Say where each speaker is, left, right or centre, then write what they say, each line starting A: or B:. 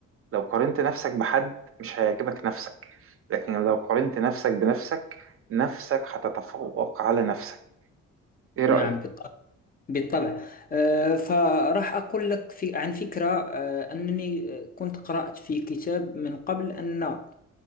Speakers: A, on the right; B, on the left.
A: لو قارنت نفسك بحد مش هيعجبك نفسك لكن لو قارنت نفسك بنفسك نفسك هتتفوق على نفسك ايه رأيك
B: نعم بالطبع بالطبع آه، فراح أقول لك في عن فكرة آه، أنني كنت قرأت في كتاب من قبل أن